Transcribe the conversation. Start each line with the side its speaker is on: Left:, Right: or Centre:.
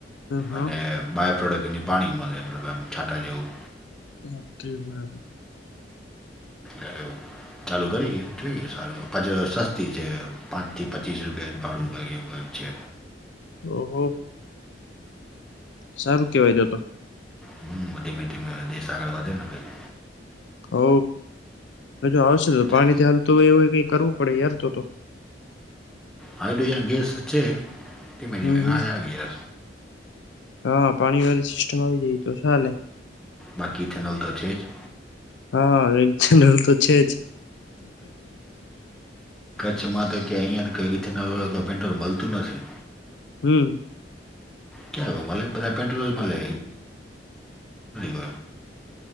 Left: હા
Centre: અને બાયો પ્રોડક્ટ એની પાણી મળે મલબ એમ છાંટા જેવું.
Left: ઓકે બરાબર.
Centre: એવું. ચાલુ કરીએ જોઈએ સારુંછ સસ્તી છે પાંચ થી પચીસ રૂપિયા ભાડવું એવું છે.
Left: ઓહો. સારું કેવાય છે તો.
Centre: હમ ધીમે ધીમે દેશ આગળ વધે ને ભાઈ.
Left: હ હ જો આવશે તો
Centre: જે
Left: પાણી થી હાલ તો એવ કઈ કરવું પડે યાર તો તો.
Centre: હાઇડ્રોજન ગેસ છે તે મેથી
Left: હમ
Centre: મ <inaudible> ગ
Left: હમ
Centre: આવી જ છે
Left: હા પાણી વાળી સિસ્ટમ આવી જાય તો ચાલે.
Centre: બાકી થેનલ તો છેેજ.
Left: હા થેનલ તો છે જ.
Centre: કચછમાં તો ક કે અહીંયા તો કી પેટોલ મળતું નથી.
Left: હમ.
Centre: ક્યાંલે મટે બધે પેડ્રોલ માડે <inaudible>